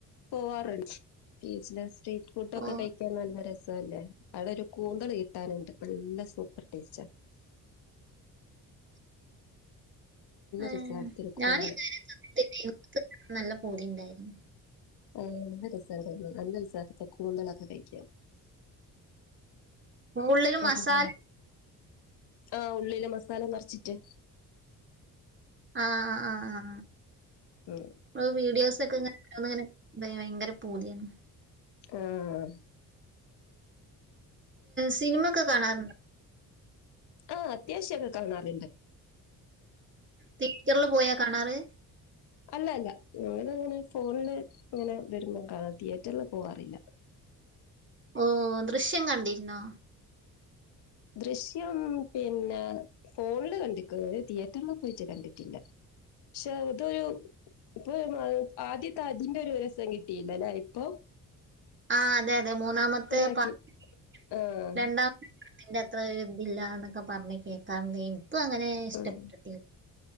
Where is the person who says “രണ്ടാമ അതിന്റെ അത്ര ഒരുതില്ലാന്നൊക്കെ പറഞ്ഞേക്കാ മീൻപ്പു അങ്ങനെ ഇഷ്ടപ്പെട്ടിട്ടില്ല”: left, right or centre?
Right